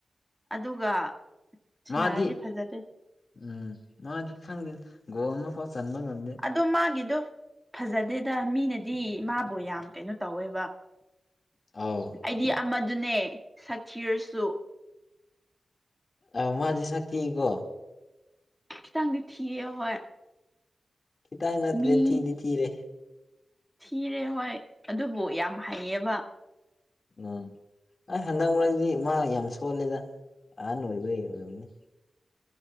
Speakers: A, in the centre; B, on the left.
A: ꯑꯗꯨꯒ ꯁꯤꯟꯅꯔꯗꯤ
B: ꯃꯥꯗꯤ
A: ꯐꯖꯗꯣꯏꯅꯤ꯫
B: ꯎꯝ ꯃꯗꯤ ꯈꯪꯗꯦꯗ ꯒꯣꯜ ꯑꯃꯐꯥꯎ ꯆꯟꯕ ꯉꯝꯗꯦ
A: ꯑꯗꯣ ꯃꯥꯒꯤꯗꯣ꯫ ꯐꯖꯗꯦꯗ ꯃꯤꯅꯗꯤ ꯏꯃꯥꯕꯨ ꯌꯥꯝ ꯀꯩꯅꯣ ꯇꯧꯋꯦꯕ꯫
B: ꯑꯧ
A: ꯑꯩꯗꯤ ꯑꯃꯗꯨꯅꯦ ꯁꯛꯊꯤꯔꯁꯨ꯫
B: ꯑꯧ ꯃꯥꯗꯤ ꯁꯛ ꯊꯤꯌꯦꯀꯣ
A: ꯈꯤꯇꯪꯗꯤ ꯊꯤꯌꯦ ꯍꯣꯏ
B: ꯈꯤꯇꯪ ꯅꯠꯇ꯭ꯔꯦ
A: ꯃꯤ
B: ꯊꯤꯗꯤ ꯊꯤꯔꯦ
A: ꯊꯤꯔꯦ ꯍꯣꯏ ꯑꯗꯨꯕꯨ ꯌꯥꯝ ꯍꯩꯌꯦꯕ꯫
B: ꯎꯝ꯫ ꯑꯩ ꯍꯟꯗꯛ ꯃꯔꯛꯇꯗꯤ ꯃꯥ ꯌꯥꯝ ꯁꯣꯜꯂꯦꯗ ꯑꯍꯟ ꯑꯣꯏꯕꯩ ꯑꯣꯏꯔꯝꯅꯤ꯫